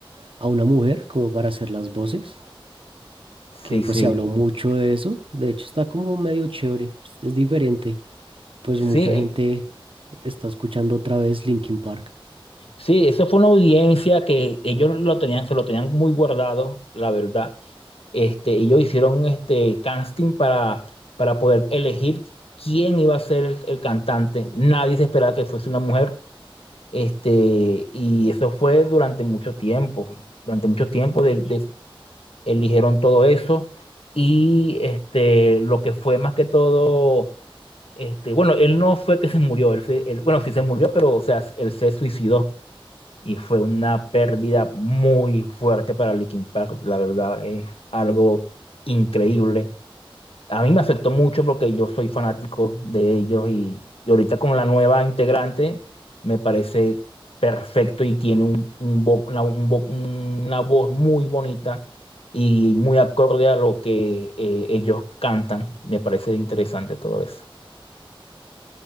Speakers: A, on the right; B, on the left.
A: a una mujer como para hacer las voces,
B: Sí,
A: que pues
B: sí.
A: se habló Ujú. mucho de eso. De hecho, está como medio chévere, es diferente. Pues
B: Sí,
A: mucha gente está escuchando otra vez Linkin Park.
B: Sí, eso fue una audiencia que ellos lo tenían, se lo tenían muy guardado, la verdad. Este, ellos hicieron este casting para, para poder elegir quién iba a ser el, el cantante. Nadie se esperaba que fuese una mujer. Este, y eso fue durante mucho tiempo. Durante mucho tiempo de- de- eligieron todo eso. Y este, lo que fue más que todo, este, bueno, él no fue que se murió, él se- él- bueno, sí se murió, pero o sea, él se suicidó y fue una pérdida muy fuerte para Linkin Park, la verdad es algo increíble. A mí me afectó mucho porque yo soy fanático de ellos y, y ahorita con la nueva integrante me parece perfecto y tiene un, un vo- una, un vo- una voz muy bonita y muy acorde a lo que eh, ellos cantan. Me parece interesante todo eso.